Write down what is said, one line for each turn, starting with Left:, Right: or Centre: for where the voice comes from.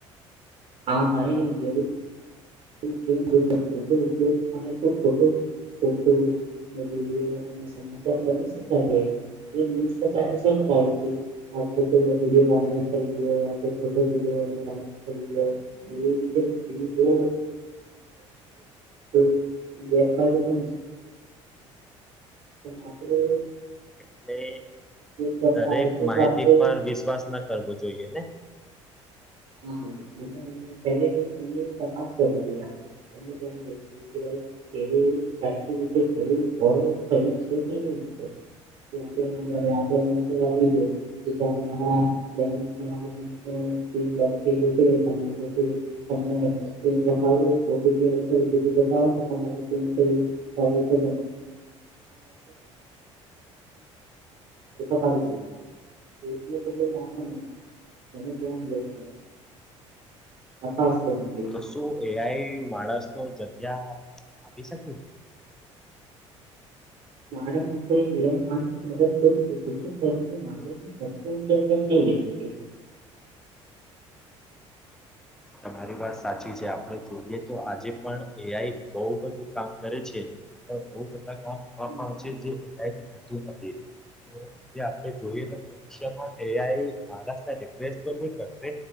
Right: હા ભાઈ જરૂર. <unintelligible> ફોટો વિડીયો અને સમાચાર બની શકાય છે એ ન્યુઝ તો ચાલે છે ને ભાઈથી. આ ખોટો વિડયો વાયરલ થઈ ગયો આ ખોટો વિડયો વાયરલ થઈ ગયો કઈ રીતે ઈ જે <unintelligible> ગેરફાયદે છે તો રાત્રે
Centre: એટલે
Right: કરવા
Centre: દરેક
Right: આવશે
Centre: માહિતી
Right: તો આપણે
Centre: પર વિશ્વાસ ન કરવો જોઈએ ને
Right: હા એ એ પે એની તપાસ કરવી જોઈએ આપણે એ ધ્યાન એવી સાચી રીતે શરીર હોરીર છે કે ન <inaudible> તે આપડે <unintelligible> થ ગ ત <inaudible> તમને બતાી આવશે બતાો તમા <inaudible> સારી <unintelligible> ફ પાડી છે એટ જાણવાનું એને જાન લેવા તપાસ કરવી જોયે
Centre: તો શું એઆઈ માણસ નો જગ્યા આપી શકે
Right: મારા મ એ માસ મદદ કરી શ શિક્ષ મા જ નહી લઈ શકે
Centre: તમારી વાત સાચી છે આપણે જોઈએ તો આજે પણ એઆઈ બહુ બધું કામ કરે છે પણ બોઓ બધા
Right: હમ
Centre: જે થતું નથી આપે જોઈએ તો માંઆ એ આઈ માણસ ને રિપ્લેસ તો નઈ કરશે